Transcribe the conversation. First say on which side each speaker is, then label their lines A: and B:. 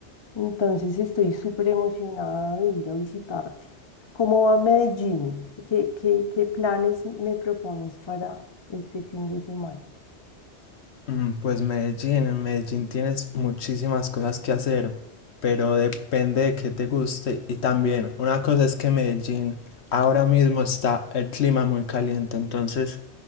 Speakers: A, on the left; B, on the left.
A: entonces estoy súper emocionada de ir a visitarte. ¿Cómo va Medellín? ¿Qué, qué, qué planes me propones para este fin de semana?
B: Mm, Pues Medellín, en Medellín tienes muchísimas cosas que hacer, pero depende de qué te guste. Y también, una cosa es que Medellín ahora mismo está el clima muy caliente, entonces